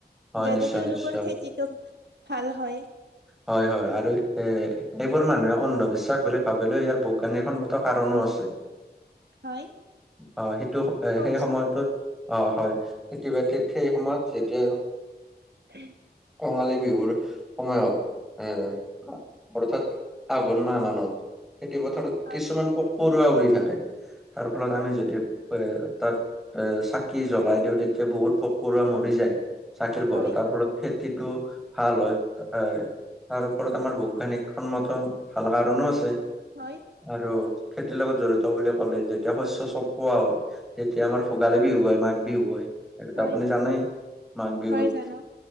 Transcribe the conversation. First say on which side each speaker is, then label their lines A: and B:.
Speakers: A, in the centre; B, on the right.
A: হয়
B: যাতে
A: নিশ্চয়
B: তেওঁলোকৰ
A: নিশ্চয়
B: খেতিতটো ভাল হয়।
A: হয় হয় আৰু এ-এইবোৰ মানুহে অন্ধবিশ্বাস বুলি ভাবিলেও ইয়াৰ বৈজ্ঞানিকসন্মত কাৰণো আছে।
B: হয়।
A: অ সেইটো,
B: কওকচোন
A: সেই সময়টোত অ হয় খেতি-বাতিত সেই সময়ত যেতিয়া
B: <inaudible>
A: কঙালী বিহুৰ সময়ত এ অৰ্থাৎ আঘোণ মাহ মানত। খেতি-পথাৰত
B: হয়
A: কিছুমান পোক-পৰুৱা উৰি থাকে, তাৰ ফলত
B: হয়
A: আমি যদি তাত এ চাকি জ্বলাই দিও তেতিয়া বহুত পোক-পৰুৱা মৰি যায়। চাকিৰ পোহৰত,
B: হয়
A: তাৰ ফলত খেতিটো ভাল হয় তাৰ ওপৰত আমাৰ বৈজ্ঞানিকসন্মত ভাল কাৰণো আছে।
B: হয়।
A: আৰু খেতিৰ লগত জড়িত বুলি ক'লে যেতিয়া শস্য চপোৱা হয় তেতিয়া আমাৰ ভোগালী বিহু হয়, মাঘ বিহু হয়। সেইটো
B: হয়
A: আপুনি জানে। মাঘ বিহুত
B: হয় জানো